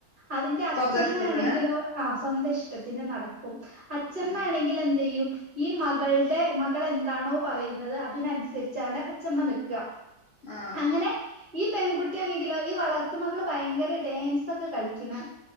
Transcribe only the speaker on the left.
സ്വന്തം ഇഷ്ടത്തിന്
ഉം
ആഹ്